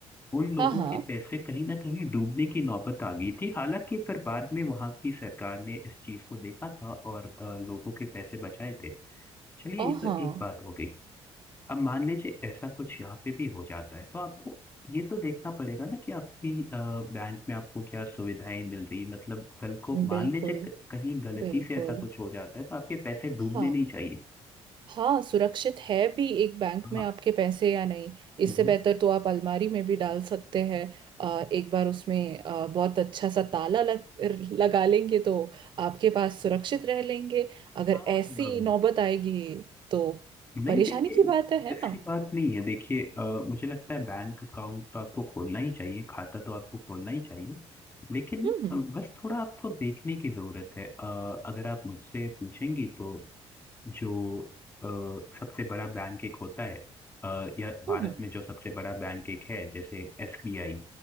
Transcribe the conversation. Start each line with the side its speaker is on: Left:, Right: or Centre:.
Left: उन लोगों
Right: हाँ हाँ
Left: के पैसे कहीं ना कहीं डूबने की नौबत आ गई थी हालांकि फिर बाद में वहां की सरकार ने इस चीज को देखा था और अ, लोगों के पैसे बचाए थे चलिए
Right: हाँ
Left: ये
Right: हाँ
Left: तो एक बात हो गई अब मान लीजिए ऐसा कुछ यहाँ पे भी हो जाता है तो आपको ये तो देखना पड़ेगा ना कि आपकी अ, बैंक में आपको क्या सुविधाएं मिल रही है मतलब कल को
Right: बिल्कुल
Left: मान लीजिए क- कहीं गलती
Right: बिल्कुल
Left: से ऐसा कुछ हो जाता है तो आपके पैसे डूबने
Right: हाँ
Left: नहीं चाहिए
Right: हाँ सुरक्षित है भी एक बैंक
Left: हाँ
Right: में आपके पैसे या नहीं इससे
Left: मैं-
Right: बेहतर तो आप अलमारी में भी डाल सकते हैं अ, एक बार उसमें अ, बहुत अच्छा सा ताला लग, लगा लेंगे तो आपके पास सुरक्षित रह लेंगे अगर
Left: हाँ,
Right: ऐसी
Left: अम,
Right: नौबत आएगी तो
Left: नहीं
Right: परेशानी
Left: देखिए
Right: की बात है है
Left: ऐसी
Right: ना
Left: बात नहीं है देखिए अ, मुझे लगता है बैंक अकाउंट तो आपको खोलना ही चाहिए खाता तो आपको खोलना ही चाहिए लेकिन
Right: हम्म
Left: अ, बस थोड़ा आपको देखने की जरूरत है अ, अगर आप मुझसे पूछेंगी तो जो अ, सबसे बड़ा बैंक एक होता है अ, या भारत
Right: हम्म हम्म
Left: में जो सबसे बड़ा बैंक एक है जैसे एसबीआई